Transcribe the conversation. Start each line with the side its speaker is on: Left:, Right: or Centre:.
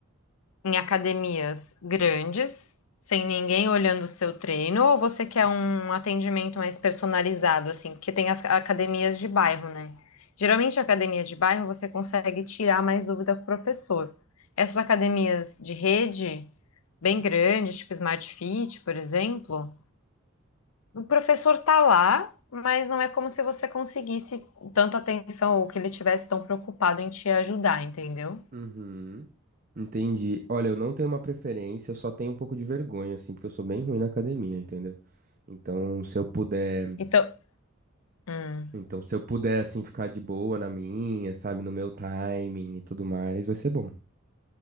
Left: em academias grandes, sem ninguém olhando o seu treino, ou você quer um atendimento mais personalizado, assim? Porque tem as academias de bairro, né? Geralmente, a academia de bairro você consegue tirar mais dúvida com o professor. Essas academias de rede, bem grandes, tipo Smart Fit, por exemplo, o professor tá lá, mas não é como se você conseguisse tanta atenção ou que ele tivesse tão preocupado em te ajudar, entendeu?
Right: Uhum. Entendi. Olha, eu não tenho uma preferência, eu só tenho um pouco de vergonha, assim, porque eu sou bem ruim na academia, entendeu? Então, se eu puder.
Left: Então, hum.
Right: Então, se eu puder, assim, ficar de boa na minha, sabe, no meu timing e tudo mais, vai ser bom.